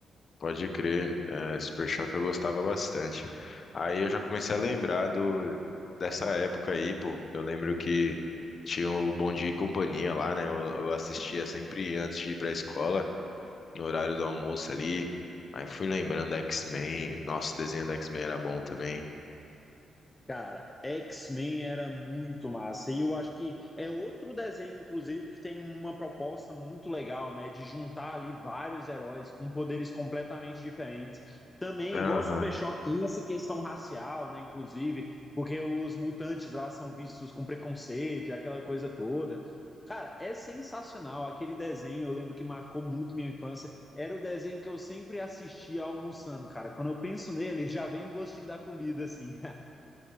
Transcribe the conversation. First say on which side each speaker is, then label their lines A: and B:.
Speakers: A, on the left; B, on the left.
A: Pode crer, é, Super Choque eu gostava bastante. Aí eu já comecei a lembrar do, dessa época aí, pô. Eu lembro que tinha o Bom Dia e Companhia lá, né? Eu, eu assistia sempre antes de ir pra escola, no horário do almoço ali. Aí fui lembrando da X-Men. Nossa, o desenho da X-Men era bom também.
B: Cara, X-Men era muito massa. E eu acho que é outro desenho, inclusive, que tem uma proposta muito legal, né? De juntar ali vários heróis com poderes completamente diferentes. Também,
A: Aham.
B: igual o Super Choque, tem essa questão racial, né? Inclusive, porque os mutantes lá são vistos com preconceito e aquela coisa toda. Cara, é sensacional. Aquele desenho, eu lembro que marcou muito minha infância. Era o desenho que eu sempre assistia almoçando, cara. Quando eu penso nele, já vem o gostinho da comida, assim.